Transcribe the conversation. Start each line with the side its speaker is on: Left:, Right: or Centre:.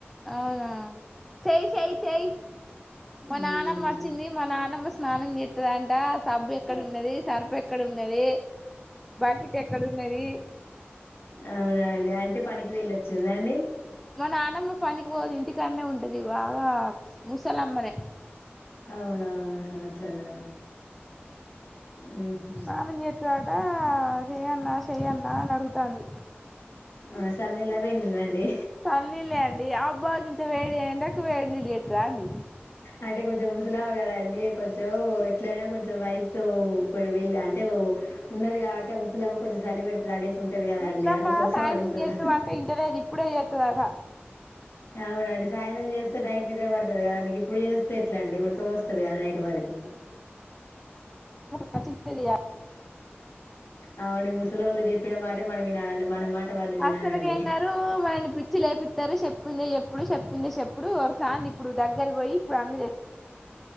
Centre: అవునా చేయి చేయి చేయి మా
Left: హ్మ్.
Centre: నానమ్మ వచ్చింది మా నానమ్మ స్నానం చేత్తదంట సబ్బు ఎక్కడు న్నది సర్ఫ్ ఎక్కడ ఉన్నది బకెట్ ఎక్కడ ఉన్నది
Left: అవునా అండి అంటే పనికి వెళ్ళొచ్చిందండి
Centre: మ నానమ్మ పనికి పోదు ఇంటికాడనే ఉంటది బాగా ముసలమ్మనే
Left: అవునా అట్లనా హుహు.
Centre: స్నానం చేత్తదట చేయాలనా చేయాల్నా అని అడుగుతంది
Left: ఆ సన్నీల్లా వేడినీళ్లండి
Centre: సల్నీలే అండి అబ్బా గింత వేడి ఎండకు వేడినీలు చేస్తారా అండి
Left: అంటే కొంచెం ముసలామె కదండి కొంచెం ఎట్లయినా కొంచెం వయసుతో పో వెళ్ళి అంటే ఉన్నది కాబట్టి ముసల్మ కొంచెం సలి పెడతుది అడే ఉంటేది కదా
Centre: ముసలమ్మ
Left: అండి అందుకోసం
Centre: సాయంత్రం
Left: అడుగుతున్నా
Centre: చేత్తం అంటే ఇంటలేదు ఇప్పుడే చేత్తదట
Left: అవునండి సాయ్రం చేస్తే నైట్ నిద్ర పడుతుంది కదండి ఇప్పుడు చేస్తే ఎట్ల అండి ఉడక పోస్తది సకదా నైట్ వరకి
Centre: ఖచలి
Left: అవును ముసలోళ్ళు చెప్పి చెప్పిన మాట మనం వినాలండి మన మాట వాళ్ళు వినరాండి
Centre: అస్సలకైనారు మనల్ని పిచ్చి లేపిత్తారు చెప్పిందే చెప్పుడు చెప్పిందే చెప్పుడు ఒకసారి ఇప్పుడు దగ్గర పోయి ఇప్పుడు అన్న తె